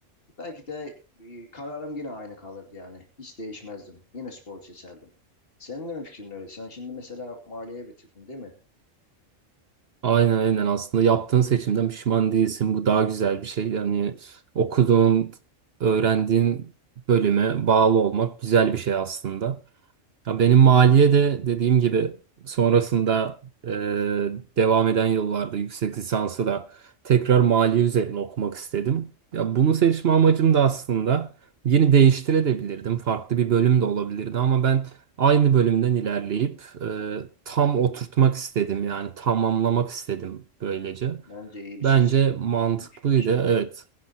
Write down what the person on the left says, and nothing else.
Belki de e, kararım yine aynı kalırdı yani. Hiç değişmezdim. Yine spor seçerdim. Senin de mi fikrin öyle? Sen şimdi mesela maliye bitirdin değil mi?
Bence iyi bir
seç,
iyi bir fikir.